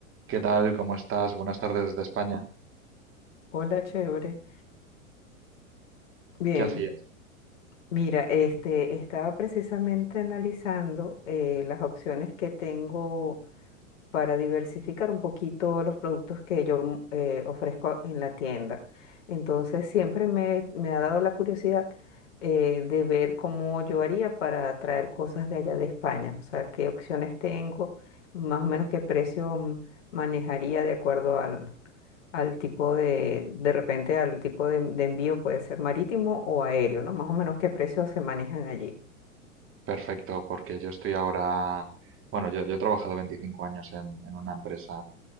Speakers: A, on the right; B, on the left.
A: ¿Qué tal? ¿Cómo estás? Buenas tardes desde España.
B: Hola, chévere. Bien,
A: ¿Qué hacías?
B: mira, este, estaba precisamente analizando eh, las opciones que tengo para diversificar un poquito los productos que yo mm, eh, ofrezco en la tienda. Entonces, siempre me, me ha dado la curiosidad eh, de ver cómo yo haría para traer cosas de allá de España, o sea, qué opciones tengo, más o menos qué precio mm, manejaría de acuerdo al, al tipo de, de repente al tipo de, de envío puede ser marítimo o aéreo, ¿no? Más o menos qué precios se manejan allí.
A: Perfecto, porque yo estoy ahora, bueno, yo, yo he trabajado 25 años en, en una empresa,